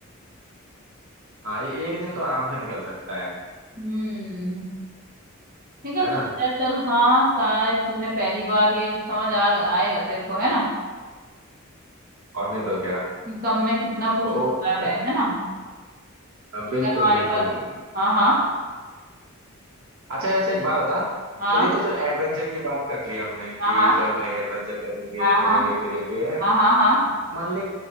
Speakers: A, on the right (about 80°); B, on the right (about 45°).
A: हाँ ये एक दिन तो आराम से निकल सकता है
B: हम्म निकल
A: है ना
B: सकता है चल हाँ शायद तूने पहली बार ये समझ आ गया- आएगा तेरे को है ना
A: और नहीं तो क्या
B: कि कम में कितना कुछ
A: तो
B: होता
A: अच्छा
B: है है ना
A: हाँ,
B: अगर
A: बिल्कुल
B: हमारे
A: बिल्कुल
B: पास
A: बिल्कुल।
B: हाँ हाँ
A: अच्छा ऐसे एक बात बता
B: हाँ
A: चलिए तो चल एडवेंचर की बात कर ली हमने
B: हाँ
A: कि चल भाई एडवेंचर करेंगे
B: हाँ
A: घूमेंगे
B: हाँ
A: फिरेंगे है
B: हाँ हाँ हाँ हाँ
A: मान ले